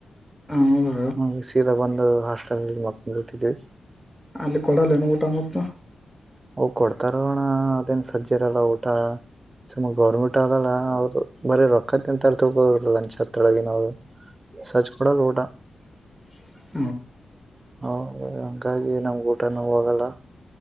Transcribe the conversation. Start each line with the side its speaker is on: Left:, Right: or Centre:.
Centre: ಹೌದಾ
Right: ಹ್ಮ್ ಸೀದಾ ಬಂದು ಹಾಸ್ಟೆಲ್ಲ್ಲಿ ಮಗ್ಬಿಟ್ಟಿದೀವಿ
Centre: ಅಲ್ಲಿ ಕೊಡಲ್ಲನ ಊಟ ಮತ್ತ
Right: ಅವ್ ಕೊಡ್ತಾರಣ ಅದೇನ್ ಸಜ್ಜಿ ಇರಲ್ಲ ಊಟ ಸುಮ್ಮ ಗೌರ್ಮೆಂಟ್ ಆದಲ್ಲ ಅವ್ರುದು ಬರೀ ರೊಕ್ಕತ್ ಎಂತಾರ ತೊಳ್ಕೋದ ಲಂಚ್ ಹತ್ತೊಳಗಿನವರು ಸಜ್ ಕೊಡಲ್ ಊಟ
Centre: <inaudible>
Right: ಹೌದು ಹಂಗಾಗಿ ನಮ್ ಊಟನೂ ಹೋಗಲ್ಲ